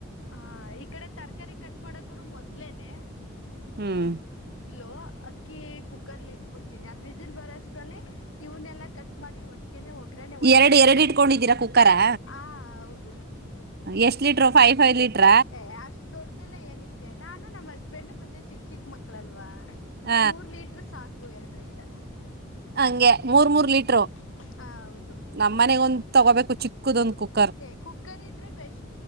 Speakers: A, on the left (about 70°); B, on the right (about 50°).
A: ಹ ಈ ಕಡೆ ತರಕಾರಿ ಕಟ್ ಮಾಡಕರು ಮೊದ್ಲೇನೆ
B: ಹ್ಮ್
A: ಲು ಅಕ್ಕಿ ಕುಕ್ಕರ್ಲ್ಲಿ ಇಟ್ಬಿಡ್ತೀನಿ ಅದು ವಿಜರ್ ಬರೋಷ್ಟ್ರಲ್ಲಿ ಇವನ್ನೆಲ್ಲಾ ಕಟ್ ಮಾಡಿ ಒಟ್ಟ <unintelligible> ನೆ ಒಗ್ಗ್ರರಣೆ ಒಂದೇ
B: ಎರಡ್
A: ಸಾರಿ
B: ಎರಡ್
A: ಹಾಕ್ಬಿಡ್ತೀನಿ
B: ಇಟ್ಕೊಂಡಿದ್ದೀರಾ ಕುಕ್ಕರಾ
A: ಆ ಹೌದು
B: ಎಷ್ಟ್ ಲೀಟರ್ ಫೈವ್ ಪೈವ್ ಲೀಟರ್
A: ಏ ಅಷ್ಟು ದೊಡ್ಡ್ದಲ್ಲ ಏನಕ್ಕೆ ನಾನು ನಮ್ಮ್ ಹಸ್ಬೆಂಡ್ ಮತ್ತೆ ಚಿಕ್ಕ ಚಿಕ್ ಮಕ್ಳಲ್ವಾ
B: ಹ
A: ಮೂರ್ ಲೀಟರ್ ಸಾಕು ಎರಡರಿಂದ
B: ಹಂಗೆ ಮೂರ್ ಮೂರ್
A: ಹ್ಮ್
B: ಲೀಟ್ರು
A: ಹ ಹೌದು
B: ನಮ್ಮ್ ಮನೆಗ ಒಂದ್ ತಗೋಬೇಕು ಚಿಕ್ಕದೊಂದ್ ಕುಕ್ಕು <unintelligible>
A: ಏ ಕುಕ್ಕರ್ ಇದ್ರೆ ಬೆಸ್